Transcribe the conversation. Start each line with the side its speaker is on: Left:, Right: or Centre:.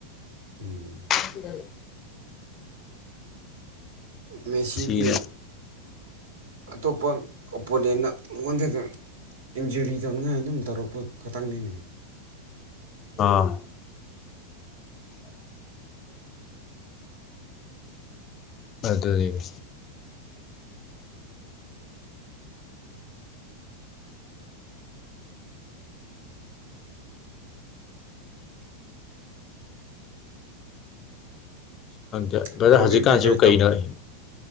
Right: ꯎꯝ
Left: <inaudible>
Right: ꯃꯦꯁꯤꯗꯤ
Left: ꯃꯦꯁꯤꯅ
Right: ꯑꯇꯣꯞꯄ ꯑꯣꯄꯣꯅꯤꯌꯟꯅ ꯃꯉꯣꯟꯗꯒ ꯏꯟꯖꯨꯔꯤ ꯇꯧꯅꯤꯉꯥꯏ ꯑꯗꯨꯝ ꯇꯧꯔꯛꯄ ꯈꯛꯇꯪꯅꯤꯅꯦ
Left: ꯑꯥ ꯑꯗꯨꯅꯦ ꯈꯪꯗꯦ ꯕ꯭ꯔꯗ꯭ꯔ
Right: ꯕ꯭ꯔꯣꯗꯤ
Left: ꯍꯧꯖꯤꯛꯀꯥꯟꯁꯤꯕꯨ
Right: ꯀꯩꯀꯩ ꯇꯧ
Left: ꯀꯩꯗꯧꯔꯤ